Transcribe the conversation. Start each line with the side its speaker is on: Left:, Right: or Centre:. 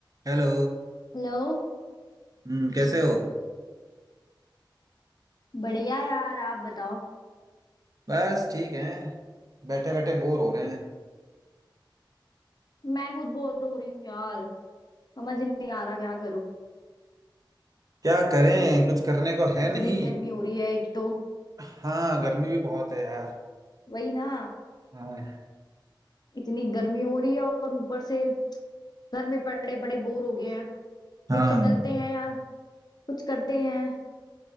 Right: Hello
Left: Hello
Right: हम्म कैसे हो
Left: बढ़िया यार आप बताओ
Right: बस ठीक है बैठे बैठे बोर हो रहे हैं
Left: मैं खुद बोर हो रही हूँ यार समझ नहीं आ रहा क्या करूं
Right: क्या करें कुछ करने को है
Left: इतनी
Right: नहीं
Left: गर्मी हो रही है एक तो
Right: हाँ गर्मी भी बहुत है यार
Left: वही ना
Right: हाँ
Left: इतनी गर्मी हो रही है और ऊपर से घर में पड़े पड़े बोर हो गए हैं भाई
Right: हाँ
Left: चलते हैं यार कुछ करते हैं